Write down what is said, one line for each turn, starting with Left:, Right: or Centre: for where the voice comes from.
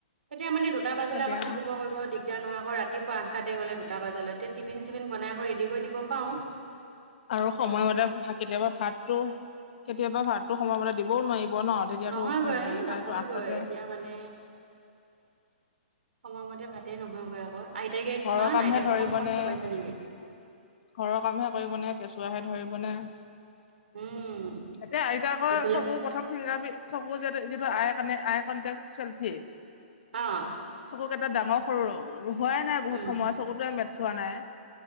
Right: এতিয়া মানে দুটা বাজালৈ
Left: এতিয়া
Right: আকৌ থাকিব কইব দিগদাৰ নহয়। আকৌ ৰাতিপুৱা আঠটাতে গ'লে দুটা বাজালৈ, তে টিফিন চিফিন বনাই কই ৰেডি কৰি দিব পাওঁ।
Left: আৰু সময়মতে ভা, কেতিয়াবা ভাতটো, কেতিয়াবা ভাতো সময়মতে দিবও নোৱাই ব ন। তেতিয়াতো
Right: নহয়গৈ
Left: হেই তাইটো
Right: নহয়গৈ
Left: আঠটাতে
Right: এতিয়া মানে সময়মতে ভাতে নহয়গৈ আকৌ। আইতাইকে
Left: ঘৰৰ
Right: কিমান,
Left: কামহে
Right: আইতাকো
Left: ধৰিব
Right: কম কষ্ট
Left: নে
Right: পাইছে নেকি।
Left: ঘৰৰ কামহে কৰিবনে, কেঁচুৱাহে ধৰিবনে।
Right: উম
Left: এতিয়া আইতাক
Right: এইফালে
Left: চকু প্ৰথম ফিংগাৰ পি, চকু যে যিটো আই কানে, আই কন্তেক চেল্ফি।
Right: অ'।
Left: চকু কেটা ডাঙৰ সৰু ৰ, হোৱাই নাই বহুত
Right: উম
Left: সময় চকুটোৱে মেটছ হোৱা নাই।